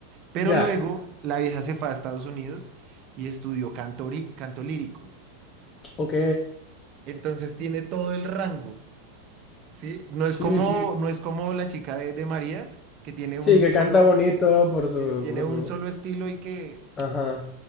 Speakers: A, on the right; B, on the left.
A: Pero
B: Ya,
A: luego la vieja se fue a Estados Unidos y estudió canto, ri- canto lírico.
B: ok.
A: Entonces tiene todo el rango, ¿sí? No
B: Sí,
A: es como,
B: sí. Sí,
A: no es como la chica de, de Marías, que tiene un
B: Sí, que
A: solo,
B: canta bonito por su,
A: que tiene
B: por
A: un
B: su.
A: solo estilo y que,
B: Ajá.